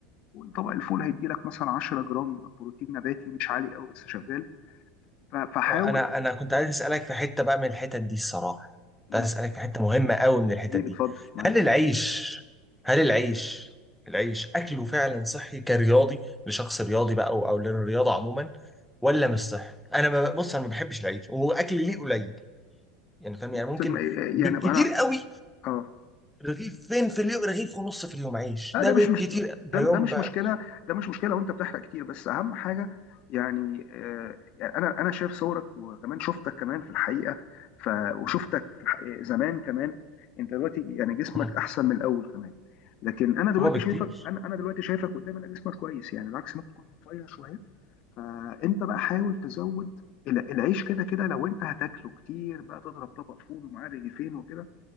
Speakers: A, on the left; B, in the centre.
A: وطبق الفول هيدي لك مثلا 10 جرام بروتين نباتي مش عالي قوي بس شغال ف- فحاول
B: آه، انا انا كنت عايز اسالك في حته بقى من الحتت دي الصراحه كنت
A: مم.
B: عايز اسالك في حته مهمه قوي من الحتت
A: ايه
B: دي
A: بتفضل معاك
B: هل العيش هل العيش العيش اكله فعلا صحي كرياضي لشخص رياضي بقى او او للرياضه عموما ولا مش صحي انا ما بص انا ما بحبش العيش واكل ليه قليل يعني فاهم
A: بص،
B: يعني ممكن
A: ما-
B: بالكتير
A: يعني انا
B: قوي
A: اه
B: رغيف فين في اليوم رغيف ونص في اليوم عيش
A: لا
B: ده
A: ده
B: بالكتير
A: مش مش
B: ده
A: ده, ده
B: يوم
A: مش
B: بقى
A: مشكله ده مش مشكله وانت بتحرق كتير بس اهم حاجه يعني آه يعني انا انا شايف صورك وكمان شفتك كمان في الحقيقه ف وشفتك في الحقيقة زمان كمان انت دلوقتي يعني جسمك
B: مم.
A: احسن من الاول كمان لكن انا دلوقتي
B: هو بكتير
A: شايفك انا انا دلوقتي شايفك قدامي انا جسمك كويس يعني العكس ممكن تكون رفيع شويه فانت بقى حاول تزود الع- العيش كده كده لو انت هتاكله كتير بقى تضرب طبق فول ومعاه رغيفين وكده